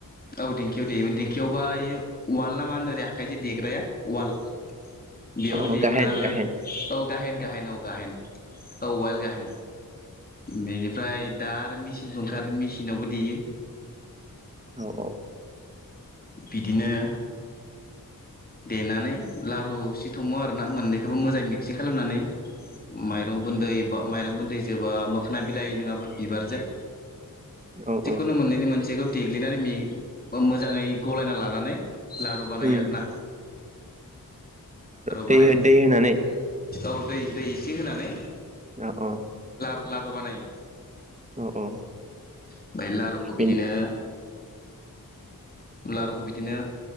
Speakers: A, on the left; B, on the right.
A: औ देंखियाव दै देंखियाव बाय वाल न मा होनोरै आखाय जों देग्राया वाल बेयावबो
B: औ
A: देयोमोन
B: गाहेन
A: आरो
B: गाहेन
A: औ गाहेन गाहेन औ गाहेन औ वाइल गाहेन बेनिफ्राय दा आरो मेचिनबो ओंखारादों मेचिनावबो देयो
B: औ औ
A: बिदिनो देनानै लारु सिथुमो आरोना मोननैखौबो मोजाङै मिक्सिं खालामनानै माइरं गुन्दै बा माइरं गुन्दै जोबा मोखोना बिलाइ नंङाबा बिबारजों
B: औ
A: सिखुन
B: औ
A: माननैनि मानसे खौ देग्लिनानै मोजांङै गलायना लानानै लारु बानायो
B: उम
A: आरो ना
B: दै
A: बानाय
B: दै होनानै
A: औ दै दै एसे होनानै
B: अ औ
A: लारु बानायो
B: अ औ
A: औ ओमफ्राय लारुखौ
B: बेनि
A: बिदिनो लारुखौ बिदिनो